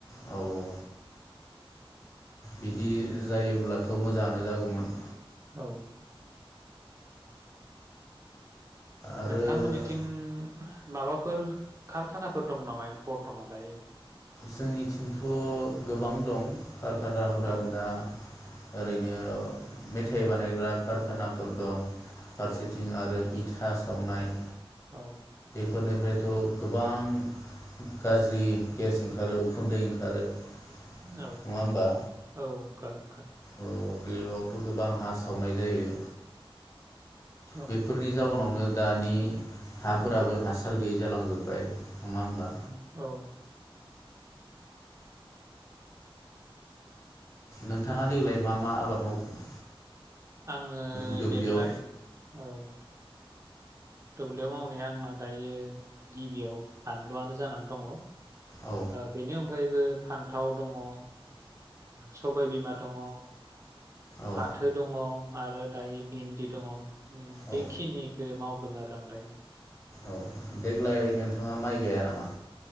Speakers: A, on the left (about 30°); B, on the right (about 30°).
A: औऔ बिदि जायोब्लाथ मोजाङानो जागौमोन।
B: औ
A: आरो
B: नोंथां मोननिथिं माबाफोर कारखानाफोर दं नामा? बरथमान दायो
A: जोंनिथिंथ गोबां दं कारखानाफोरा
B: औ
A: दा ओरैनो मेथाइ बानायग्रा खारखाना फोर दं फारसेथिं
B: औ
A: आरो इ था सावनाय
B: औ
A: फोरनिफ्रायथ गोबां गाज्रि ओंखारो उखुन्दै ओंखारो
B: औ
A: नङा होमबा
B: औ ओंखारो ओंखारो
A: औ बेयावथ' गोबां हा सावनाय जायो।
B: औ
A: बेफोरनि जाउनावनो दानि हाफोराबो हासार गैयि जालांजोब्बाय नङा होमबा
B: औ औ
A: नोंथाङा देग्लाय मा मा आबाद मावखो
B: आङो
A: दुब्लियाव
B: देग्लाय औ दुब्लियाव मावनाया आंना दायो गिबियाव बानलुआनो जानानै दङ। ओ
A: औ
B: बेनि अनगायैबो बो फान्थाव दङ ओ सबायबिमा दङ
A: औ
B: फाथो दङ आरो दायो भिन्दि दङ नै बेखिनि
A: औ
B: जो मावदों आरो आं दायो।
A: औ देग्लाय नोंथाङा माइ गाया नामा?